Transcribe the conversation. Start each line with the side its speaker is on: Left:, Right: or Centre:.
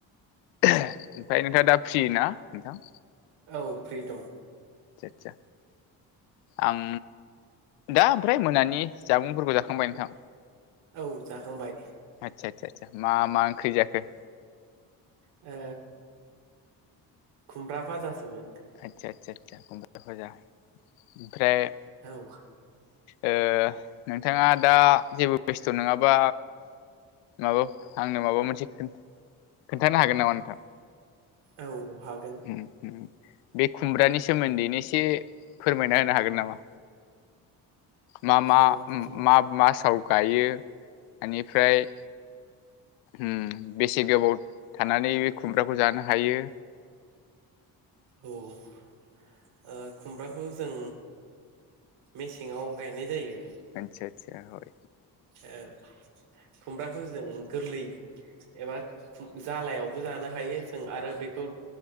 Left: ओहो ओमफ्राय नोंथाङा दा फ्रि ना नोंथां?
Right: औ फ्रि दं।
Left: सा आं दा ओमफ्राय मोनानि जामुंफोरखौ जाखांबाय नोंथां?
Right: औ जाखांबाय।
Left: आदसा आदसा आसा मा मा ओंख्रि जाखो?
Right: ओ खुमब्रा भाजासोमोन।
Left: आदसा आदसा आदसा खुमब्रा भाजा ओमफ्राय
Right: औ।
Left: ओ नोंथाङा दा जेबो बेस्थ नङाबा माबा आंनो माबा मोनसे खोन्थानो हागोन नामा नोंथां?
Right: औ। हागोन
Left: उम उम बे खुमब्रानि सोमोन्दैनो एसे फोरमायना होनो हागोन नामा? मा
Right: थ'
Left: मा
Right: खुम
Left: मा मासाव गायो ओनिफ्राय उम बेसे गोबाव थानानै बे खुमब्राखौ जानो हायो।
Right: औ। ओ खुमब्राखौ जों मेसेङाव गायनाय जायो।
Left: आतसा आतसा
Right: ओ खुमब्राखौ जों गोरलै एबा जालायावबो जानो हायो जों आरो बेखौ